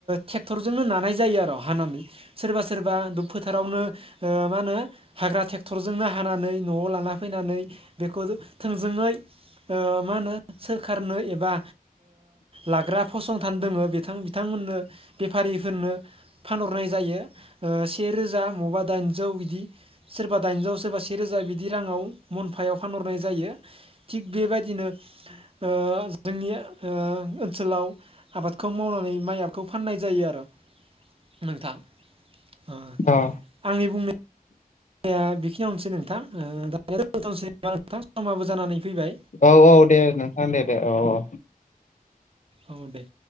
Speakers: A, on the right; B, on the left.
A: टेक्टरजोंनो नानाय जायो आरो हानानै सोरबा सोरबा दु फोथार रावनो ओ मा होनो हाग्रा टेक्टरजोंनो हानानै नआव लाना फैनानै बेखौ थोंजोङै ओ मा होनो सोरखारनो एबा लाग्रा फसंथान दङो बिथां बिथांमोननो बेफारिफोरनो फानहरनाय जायो ओ से रोजा मबा दाइजौ बिदि सोरबा दाइनजौ सोरबा सेे रोजा बिदि राङाव मनफायाव फानहरनाय जायो थिग बेबायदिनो ओ जोंनि ओ ओनसोलाव आबादखौ मावनानै माइ आबादखौ फाननाय जायो आरो नोंथां ओ
B: औ
A: आंनि बुंने या बेखिनियावसै नोंथां दसै नोंथां समाबो जानानै फैबाय
B: औ औ दे नोंथां दे दे औ औ
A: अ दे